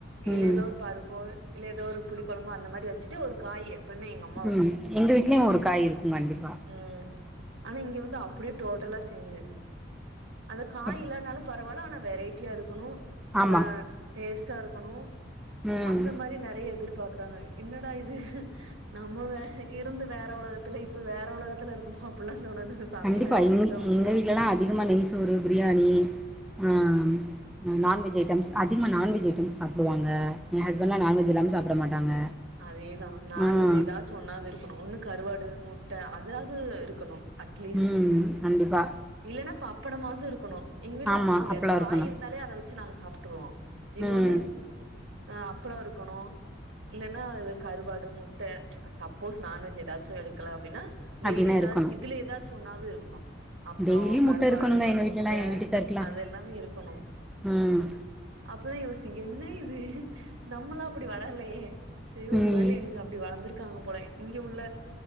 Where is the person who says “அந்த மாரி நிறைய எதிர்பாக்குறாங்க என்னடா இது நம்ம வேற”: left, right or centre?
Right